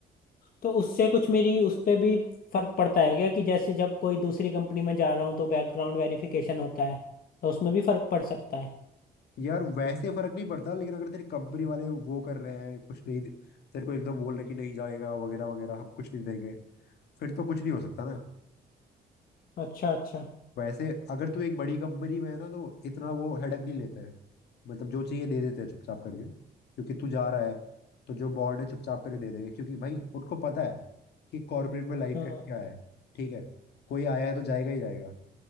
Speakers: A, on the left; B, on the left.
A: तो उससे कुछ मेरी उस पे भी फर्क पड़ता है क्या कि जैसे जब कोई दूसरी कंपनी में जा रहा हूँ तो बैकग्राउंड वेरिफिकेशन होता है तो उसमें भी फर्क पड़ सकता है
B: यार वैसे फर्क नहीं पड़ता लेकिन अगर तेरी कंपनी वाले वो कर रहे हैं कुछ नहीं दे- तेरे को एकदम बोल रहे कि नहीं जाएगा वगैरह वगैरह हम कुछ नहीं देंगे फिर तो कुछ नहीं हो सकता ना
A: अच्छा अच्छा
B: वैसे अगर तू एक बड़ी कंपनी में है ना तो इतना वो हेडक नहीं लेता है मतलब जो चाहिए दे देते हैं चुपचाप करके क्योंकि तू जा रहा है तो जो बॉर्ड है चुपचाप करके दे देंगे क्योंकि भाई उनको पता है कि कॉर्पोरेट में लाइफ
A: हाँ
B: का क्या है ठीक है कोई आया है तो जाएगा ही जाएगा